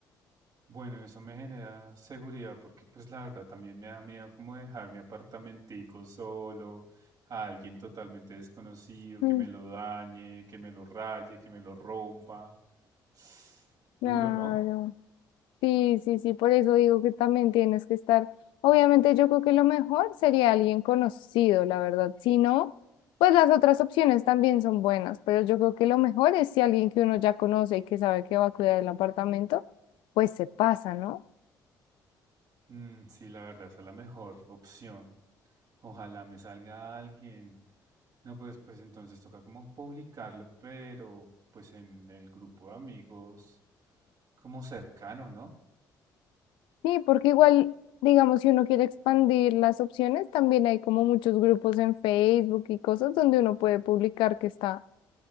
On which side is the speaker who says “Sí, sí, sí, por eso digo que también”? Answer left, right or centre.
Left